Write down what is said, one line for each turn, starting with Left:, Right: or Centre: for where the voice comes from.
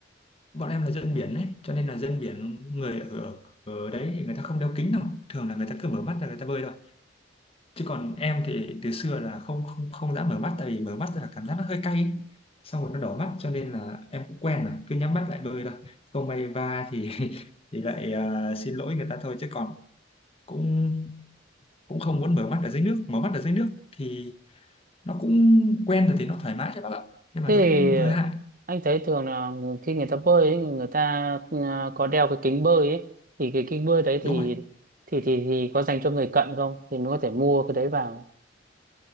Left: bọn em là dân biển ấy, cho nên là dân biển người ở ở đấy thì người ta không đeo kính đâu. Thường là người ta cứ mở mắt ra người ta bơi thôi chứ còn em thì từ xưa là không không không dám mở mắt tại vì mở mắt là cảm giác nó hơi cay ấy. xong rồi nó đỏ mắt cho nên là em cũng quen rồi cứ nhắm mắt lại bơi thôi không may va thì <laughs> thì lại à, xin lỗi người ta thôi chứ còn cũng cũng không muốn mở mắt ở dưới nước mở mắt ở dưới nước thì nó cũng quen rồi thì nó thoải mái cho bác ạ nhưng
Right: Thế
Left: mà nó
Right: thì
Left: cũng hơi hại
Right: anh thấy thường là người- khi người ta bơi ấy, người ta à, có đeo cái kính bơi ấy thì cái kính bơi đấy
Left: đúng
Right: thì
Left: rồi
Right: thì thì thì có dành cho người cận không thì mới có thể mua cái đấy vào.